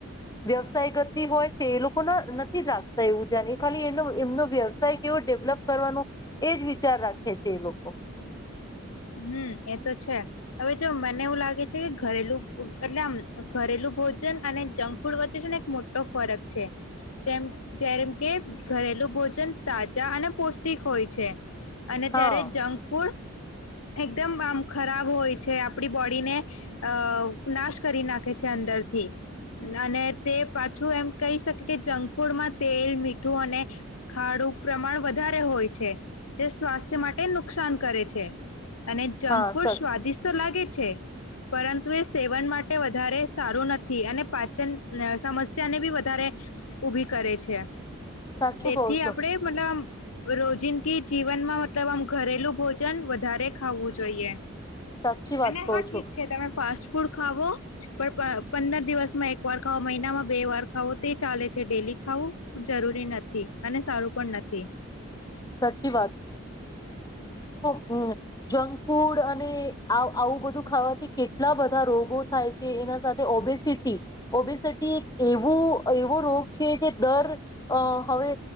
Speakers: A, on the left; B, on the left.
A: વ્યવસાય ગતિ હોય છે. એ લોકોના નથી રાખતા એવું ધ્યાન એ ખાલી એનો એમનો વ્યવસાય કેવો ડેવલપ કરવાનો એજ વિચાર રાખે છે એ લોકો.
B: હમ એ તો છે. હવે જો મને એવું લાગે છે કે ઘરેલું એટલે આમ ઘરેલું ભોજન અને જંક ફૂડ વચ્ચે ને એક મોટો ફરક છે. જેમ જેમ કે ઘરેલુ ભોજન તાજા અને પૌષ્ટિક હોય છે. અને
A: હા
B: ત્યારે જંક ફૂડ એકદમ આમ ખરાબ હોય છે. આપડી બોડીને અ નાશ કરી નાખે છે અંદરથી અને તે પાછું એમ કહી શકે કે જંક ફૂડમાં તેલ મીઠું અને ખાડું પ્રમાણ વધારે હોય છે. જે સ્વાસ્થ્ય માટે નુકસાન કરે છે. અને જંક
A: હા
B: ફૂડ
A: સ
B: સ્વાદિષ્ટતો લાગે પરંતુ એ સેવન માટે વધારે સારું નથી અને પાચન સમસ્યાને બી વધારે ઉભી કરે છે.
A: સાચું
B: તેથી
A: કહો છો
B: આપડે મતલબ રોજિંદગી જીવનમાં મતલબ આમ ઘરેલું ભોજન વધારે ખાવું જોઈએ.
A: સાચી વાત
B: અને
A: કહો
B: હા ઠીક
A: છો
B: છે. તમે ફાસ્ટ ફૂડ ખાવો પણ પંદર દિવસમાં એક વાર ખાવો મહિનામાં બે વાર ખાવો તે ચાલે છે. ડેલી ખાવું જરૂરી નથી અને સારું પણ નથી.
A: સાચી હમ જંક ફૂડ અને આવું બધું ખાવાથી કેટલા બધા રોગો થાય છે. એના સાથે ઓબેસિટી ઓબેસિટી એક એવો એવો રોગ છે જે દર હવે